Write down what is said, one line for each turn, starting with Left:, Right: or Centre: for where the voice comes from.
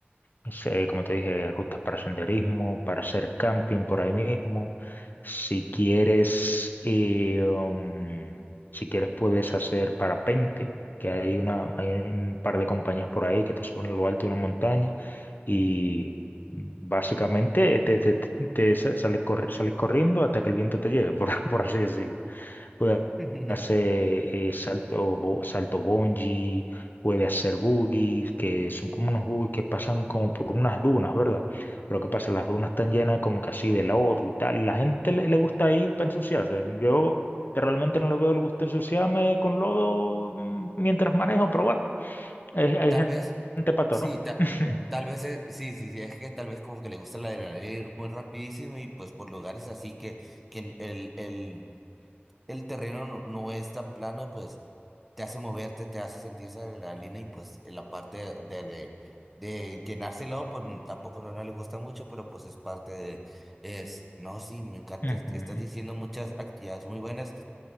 Left: es, eh, como te dije, rutas para senderismo, para hacer camping por ahí mismo. Si quieres, eh, um, si quieres puedes hacer parapente, que hay una, hay un par de compañías por ahí que te suben a lo alto de una montaña y básicamente te, te, te- te sa- sales, corri- sales corriendo hasta que el viento te lleve, por, <laughs> por así decirlo puede
Centre: <laughs>
Left: hacer eh, salto, bo- salto bungee, puede hacer boogies, que son como unos boogies que pasan como por unas dunas, ¿verdad? Pero ¿qué pasa? Las dunas están llenas como que así de lodo y tal. La gente le, le gusta ir para ensuciarse. Yo realmente no le veo el gusto de ensuciarme con lodo mm, mientras manejo, pero bueno, hay, hay
Centre: Tal vez,
Left: gente pato,
Centre: sí,
Left: ¿no?
Centre: ta-
Left: <laughs>
Centre: tal vez, eh, sí, sí, sí, es que tal vez como que le gusta la adrenalina ir muy rapidísimo y pues por lugares así que, que el, el, el terreno no, no es tan plano, pues te hace moverte, te hace sentir esa adrenalina y pues en la parte de, de, de llenárselo, pues n- tampoco no, no le gusta mucho, pero pues es parte de, es, no, sí, me encanta,
Left: Ujú.
Centre: est- estás diciendo muchas actividades muy buenas,